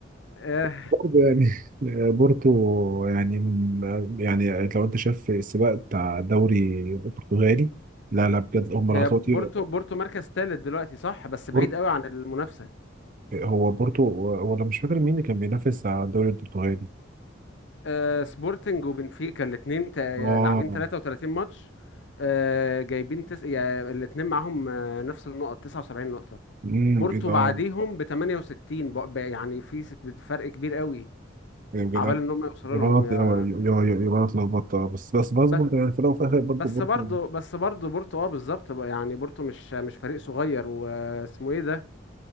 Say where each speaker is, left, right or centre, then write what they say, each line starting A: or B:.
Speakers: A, on the left; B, on the right.
A: آه
B: برضه يعني <laughs> بورتو يعني يعني لو انت شايف السباق بتاع دوري البرتغالي لا لا بجد هم
A: هي
B: العطاطي
A: بورتو بورتو مركز ثالث دلوقتي صح بس بعيد
B: بورتو
A: قوي عن المنافسه
B: هو بورتو ولا مش فاكر مين اللي كان بينافس على الدوري البرتغالي
A: آه سبورتنج وبنفيكا الاثنين
B: اه
A: لاعبين 33 ماتش آه جايبين تس... يعني الاثنين معاهم آه، نفس النقط 79 نقطه
B: امم
A: بورتو
B: ايه ده
A: بعديهم
B: آه،
A: ب 68 بق- ب- يعني في س- فرق كبير قوي
B: إيه بجد
A: عبال ان هم يوصلوا
B: يبقى
A: لهم
B: انا
A: يا-
B: يبقى يبقى يبقى أنا اتلخبطت آه، بس بس بس
A: بس
B: برضه يعني في الاول وفي الاخر برضه
A: بس
B: بورتو
A: برضه بس برضه بورتو اه بالظبط بقى، يعني بورتو مش مش فريق صغير واسمه ايه ده